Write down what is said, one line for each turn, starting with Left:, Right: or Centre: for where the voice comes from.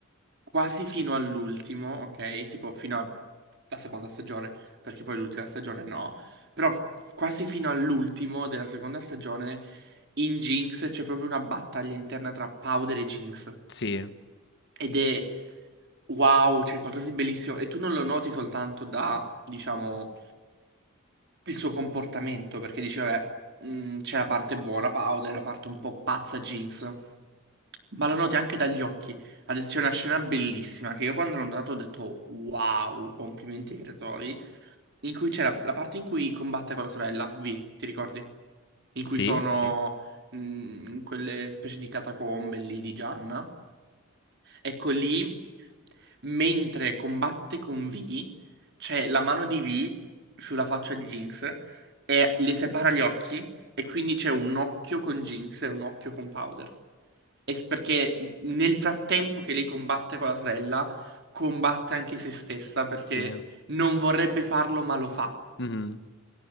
Right: quasi fino all'ultimo, ok? Tipo fino alla seconda stagione, perché poi l'ultima stagione no, però f- quasi fino all'ultimo della seconda stagione in Jinx c'è proprio una battaglia interna tra Powder e Jinx
Left: Sì,
Right: ed è wow, c'è qualcosa di bellissimo e tu non lo noti soltanto da, diciamo, il suo comportamento, perché dice, vabbè, mh, c'è la parte buona Powder, la parte un po' pazza Jinx ma lo noti anche dagli occhi. Adesso c'è una scena bellissima che io quando l'ho notato ho detto wow, complimenti ai creatori, in cui c'è la, la parte in cui combatte con la sorella, V, ti ricordi? In cui
Left: sì,
Right: sono
Left: sì,
Right: mh, in quelle specie di catacombe lì di Gianna. Ecco lì, mentre combatte con V, c'è la mano di V sulla faccia di Jinx e le separa gli occhi e quindi c'è un occhio con Jinx e un occhio con Powder. E s- perché nel frattempo che lei combatte con la sorella, combatte anche se stessa perché
Left: sì.
Right: non vorrebbe farlo, ma lo fa.
Left: Mhm,